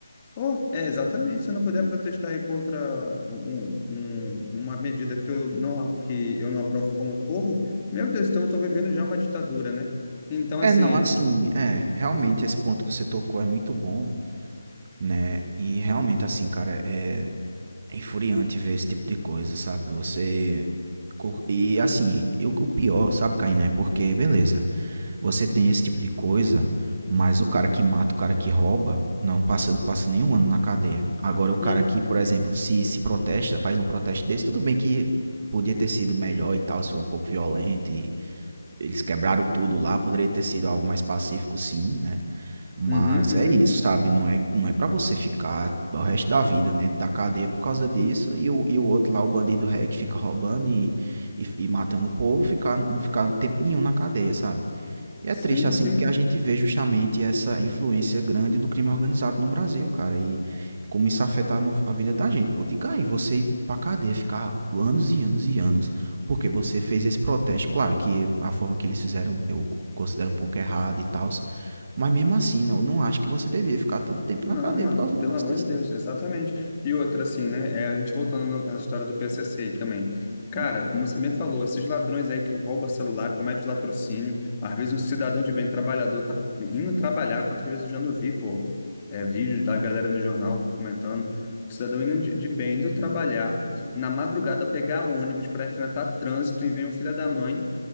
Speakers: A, on the left; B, on the right.
A: Oh, é, exatamente. Se eu não puder protestar aí contra um- um- um, uma medida que eu não, que eu não aprovo como povo, meu Deus, então eu estou vivendo já uma ditadura, né? Então,
B: É,
A: assim,
B: não, assim, é, realmente esse ponto que você tocou é muito bom, né? E realmente, assim, cara, é, é infuriante ver esse tipo de coisa, sabe? Você. co- E assim, eu, o pior, sabe, Kainé? Porque, beleza, Você tem esse tipo de coisa, mas o cara que mata, o cara que rouba, não passa, não passa nem um ano na cadeia. Agora, o cara
A: hum,
B: que, por exemplo, se, se protesta, faz um protesto desse, tudo bem que podia ter sido melhor e tal, se foi um pouco violento e eles quebraram tudo lá, poderia ter sido algo mais pacífico, sim, né? Mas
A: uhum, uhum,
B: é isso, sabe? Não é, não é para você ficar o resto da vida dentro da cadeia por causa disso e o, e o outro lá, o bandido ré, que fica roubando e, e, e matando o povo, ficar, não ficar tempo nenhum na cadeia, sabe? E é
A: sim,
B: triste, assim,
A: sim.
B: porque a gente vê justamente essa influência grande do crime organizado no Brasil, cara, e como isso afeta no- a vida da gente. Pô, diga aí, você ir pra cadeia, ficar anos e anos e anos, porque você fez esse protesto. Claro que a forma que eles fizeram eu co- considero um pouco errada e tal, mas mesmo assim, não- eu não acho que você devia ficar tanto tempo
A: Não,
B: na cadeia
A: mano,
B: por causa de
A: pelo
B: um negócio
A: amor
B: desse.
A: de Deus, exatamente. E outra, assim, né? É a gente voltando no- à história do PCC aí também. Cara,
B: Hum,
A: como você bem falou, esses ladrões aí que roubam celular, comete latrocínio, às vezes um cidadão de bem trabalhador tá indo trabalhar, quantas vezes eu já não vi, pô, é, vídeo da galera no jornal comentando, cidadão indo de, de bem, indo trabalhar, na madrugada pegar ônibus para enfrentar trânsito e vem o filho da mãe